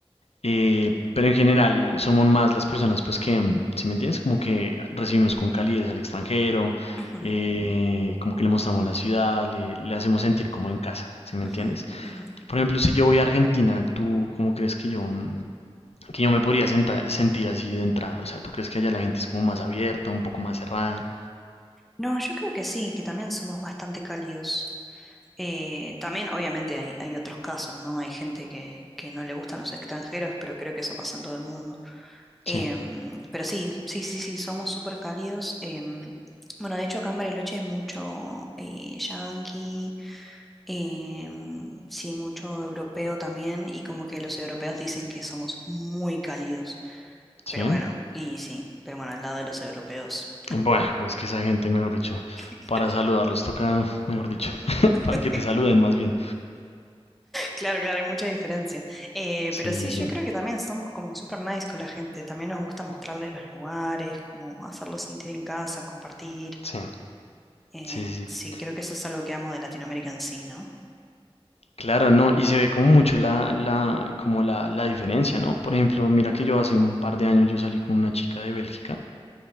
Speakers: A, on the left; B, in the centre.
A: Eh, pero en general somos más las personas, pues que, mm, si me entiendes, como que recibimos con calidez al extranjero,
B: Ujú,
A: eh, como que le mostramos la ciudad, le, le hacemos sentir como en casa, si me entiendes?
B: ujú, ujú.
A: Por ejemplo, si yo voy a Argentina, ¿tú cómo crees que yo, mm, que yo me podría senta- sentir así de entrada? O sea, ¿tú crees que allá la gente es como más abierta, un poco más cerrada?
B: No, yo creo que sí, que también somos bastante cálidos. Eh, también, obviamente, hay, hay otros casos, ¿no? Hay gente que, que no le gustan los extranjeros, pero creo que eso pasa en todo el mundo. Em,
A: Sí,
B: pero sí, sí, sí, sí, somos súper cálidos. em, bueno, de hecho, acá en Bariloche hay mucho eh, yanqui, em, sí, mucho europeo también, y como que los europeos dicen que somos muy cálidos.
A: sí.
B: Pero bueno, y sí, pero bueno, al lado de los europeos.
A: Bueno, pues es que esa gente, mejor dicho,
B: <laughs> Claro.
A: para saludarlos toca, mejor dicho, <laughs>
B: <laughs>
A: para que te saluden más bien.
B: Claro, claro, hay mucha diferencia. Eh,
A: Sí,
B: pero sí,
A: sí, sí.
B: yo creo que también somos como super nice con la gente. También nos gusta mostrarle los lugares, como hacerlos sentir en casa, compartir.
A: Sí,
B: Eh,
A: sí, sí,
B: sí,
A: sí.
B: creo que eso es algo que amo de Latinoamérica en sí, ¿no?
A: Claro, no, y se ve como mucho la, la, como la, la diferencia, ¿no? Por ejemplo, mira que yo hace un par de años yo salí con una chica de Bélgica